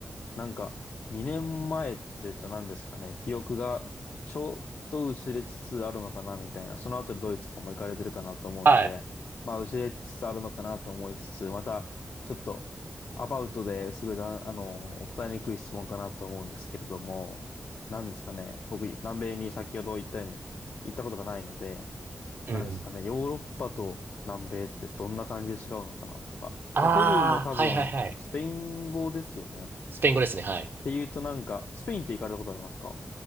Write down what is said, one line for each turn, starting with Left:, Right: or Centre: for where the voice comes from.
Left: なんか、2年前っていうと何ですかね、記憶がちょっと薄れつつあるのかなみたいな、その後でドイツとかも行かれてるかなと思うので、
Right: はい。
Left: まあ薄れつつあるのかなと思いつつ、またちょっとアバウトですごいざん、あの、答えにくい質問かなと思うんですけれども、何ですかね、僕、南米に先ほど言ったように行ったことがないので、
Right: うんうん。
Left: 何ですかね、ヨーロッパと南米ってどんな感じで違うのかなとか、
Right: ああ、
Left: まあ、ペルーも多分スペイン語ですよね。
Right: はいはいはい。スペイン語ですね、はい。
Left: ていうとなんか、スペインって行かれたことありますか